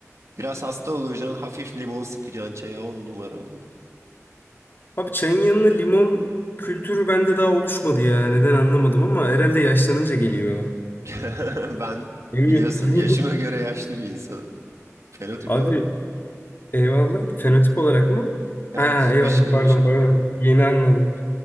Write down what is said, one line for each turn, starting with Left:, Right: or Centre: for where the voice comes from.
Right: Biraz hasta olacaksın hafif limon sıkacaksın çaya on numara oluyor.
Left: Abi çayın yanına limon kültürü bende daha oluşmadı ya. Neden anlamadım ama herhalde yaşlanınca geliyor.
Right: <laughs> Ben
Left: Değil
Right: biliyorsun
Left: mi?
Right: yaşıma
Left: <laughs>
Right: göre yaşlı bir insanım. Fenotip
Left: Abi
Right: olarak.
Left: eyvallah. Fenotip olarak mı?
Right: Yani
Left: Ha
Right: dış,
Left: eyvallah
Right: dış görünüş
Left: pardon
Right: olarak.
Left: pardon. Yeni anladım.